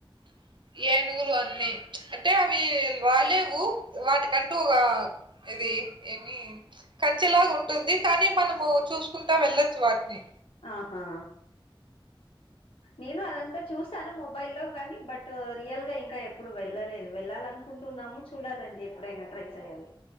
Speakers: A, on the right; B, on the left.
A: <inaudible> ఏనుగులు అన్ని అంటే అవి రాలేవు, వాటికంటూ ఒక ఎది ఏమి కంచెలాగా ఉం టుంది కానీ మనము చూసుకుంటా వెళ్ళొచ్చు వాటిని.
B: ఆహా నేను అదంతా చూసాను మొబైల్లో గానీ బట్ రియల్గా ఇంకా ఎ ప్పుడు వెళ్ళలేదు, వెళ్ళాలనుకుంటున్నాము చూడాలండి ఎప్పుడైనా ట్రై చేయాల.